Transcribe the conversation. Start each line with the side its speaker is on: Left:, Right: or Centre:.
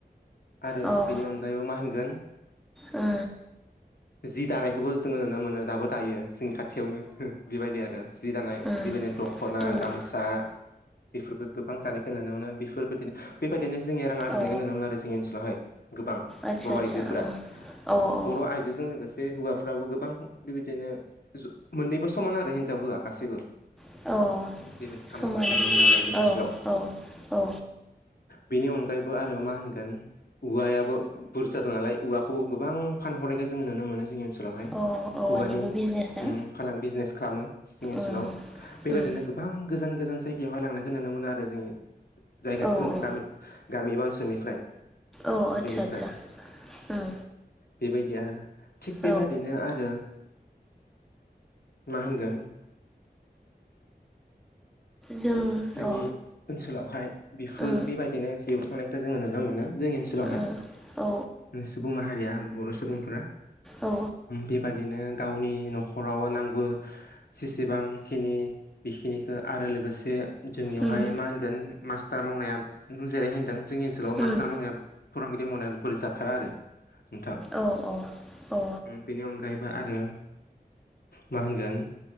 Left: आरो
Centre: उम
Left: बेनि अनगायैबो मा होनगोन
Centre: अ उम अ उम
Left: जि दानायखौबो जोङो नुनो मोनो दाबो दायो जोंनि खाथि खाथियावनो बेबायदि आरो जि दानाय
Centre: उम
Left: बेबायदिनो दख'ना
Centre: उम
Left: गामसा
Centre: औ
Left: सा बेफोरखौ गोबां दानायखौ नुनो मोनो बेफोरबायदिनो बेबायदिनो जोंनिया रां आरजिनायखौ
Centre: औ
Left: नुनो मोनो आरो जोंनि ओनसोलावहाय गोबां
Centre: आदसा
Left: बर'
Centre: आदसा
Left: आइजोफोरा
Centre: उम औ औ
Left: बर' आइजोजों लोगोसे बे हौवाफ्राबो गोबां बेबायदिनो मोननैबो समान आरो हिनजाव हौवा गासैबो
Centre: औ
Left: बेबायदि खामानि
Centre: समानो
Left: मावनायखौ नुनो मोनो आरो जोंनि ओनसोलाव
Centre: औ औ औ
Left: बेनि अनगायैबो आरो मा होनगोन औवायाबो बुर जादों नालाय औवाखौबो गोबां फानहरनायखौ जोङो नुनो मोनो जोंनि ओनस लावहाय
Centre: अ औवानिबो
Left: औवानि
Centre: बिजनेस ना
Left: फालां बिजनेस खालामो जोंनि ओनसोलाव
Centre: उम
Left: बेबायदिनो
Centre: उम
Left: गोबां गोजान गोजान जायगायावहाय लांनायखौ नुनो मोनो आरो जोंनि जायगा
Centre: औ औ
Left: गामि गामि बा ओनसोलनिफ्राय
Centre: औ आदसा
Left: बेनिफ्राय
Centre: आदसा उम
Left: बेबायदि आरो थिग
Centre: औ
Left: बेबादिनो आरो मा होनगोन
Centre: जों
Left: जोंनि
Centre: अ
Left: ओनसोलावहाय बेफोर
Centre: उम
Left: बेबायदिनो जिउ खांनायखौ जोङो नुनो मोनो जोंनि ओनसोलावहाय
Centre: ओ औ
Left: सुबुं माहारिया बर' सुबुंफोरा
Centre: औ
Left: बेबायदिनो गावनि न'खराव नांगौ जसेबांखिनि बेखिनि आरो लोगोसे जोंनियावहाय
Centre: उम
Left: मा होनगोन मास्टार मावनाया नों जिरैहाय होनदों जोंनि ओनसोलाव
Centre: उम
Left: मास्टार मावनाय फोररोंगिरि मावनाया बोरै जाथारा आरो नोंथां
Centre: औ औ अ
Left: बेनि अनगायैबो आरो मा होनगोन